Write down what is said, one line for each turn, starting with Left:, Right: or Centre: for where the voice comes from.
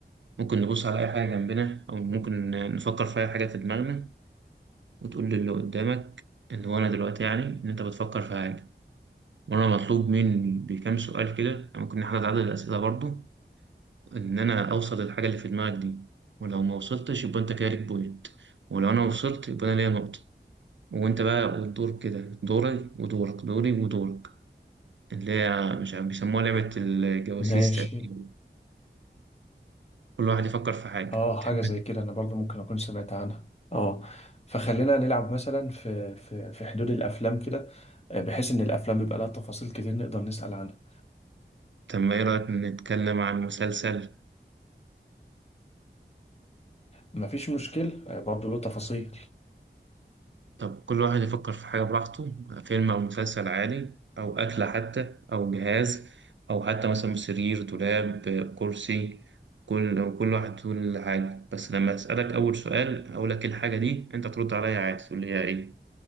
Right: ممكن نبص على أي حاجة جنبنا أو ممكن نفكر في أي حاجة في دماغنا وتقول للي قدامك اللي هو أنا دلوقتي يعني إن أنت بتفكر في حاجة. وانا مطلوب مني بكام سؤال كده يعني ممكن نحاول عدد الاسئله برضو ان انا اوصل للحاجه اللي في دماغك دي ولو ما وصلتش يبقى انت كده ليك بوينت ولو انا وصلت يبقى انا ليا نقطه وانت بقى والدور كده دوري ودورك دوري ودورك اللي هي مش عارف بيسموها لعبه الجواسيس
Left: ماشي
Right: تقريبا كل واحد يفكر في حاجه
Left: اه
Right: تحب
Left: حاجة زي كده انا برضو ممكن اكون سمعت عنها اه فخلينا نلعب مثلا في في في حدود الافلام كده آه، بحيث ان الافلام بيبقى لها تفاصيل كتير نقدر نسأل عنها
Right: طب ما ايه رايك نتكلم عن مسلسل
Left: مفيش مشكل آه، برضو له تفاصيل
Right: طب كل واحد يفكر في حاجة براحته فيلم أو مسلسل عادي أو أكلة حتى أو جهاز أو حتى مثلا سرير دولاب كرسي كل كل واحد يقول حاجة بس لما أسألك أول سؤال أقول لك إيه الحاجة دي أنت ترد عليا عادي تقول لي هي إيه